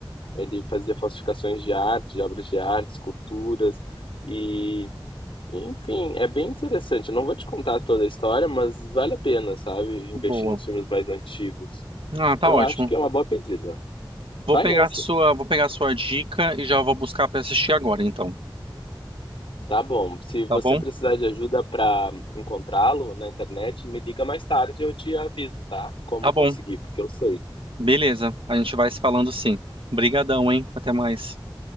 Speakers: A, on the left (about 85°); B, on the right (about 85°).
A: ele fazia falsificações de arte, de obras de arte, esculturas e, enfim, é bem interessante. Eu não vou te contar toda a história, mas vale a pena, sabe? Investir
B: boa.
A: nos filmes mais antigos.
B: Ah, tá
A: Eu
B: ótimo.
A: acho que é uma boa pedida.
B: Vou
A: Vai
B: pegar
A: nesse.
B: a sua, vou pegar a sua dica e já vou buscar pra assistir agora, então.
A: Tá bom. Se você
B: Tá bom?
A: precisar de ajuda para encontrá-lo na internet, me liga mais tarde e eu te aviso, tá? Como
B: Tá bom.
A: conseguir, porque eu sei.
B: Beleza. A gente vai se falando sim. Brigadão, hein? Até mais.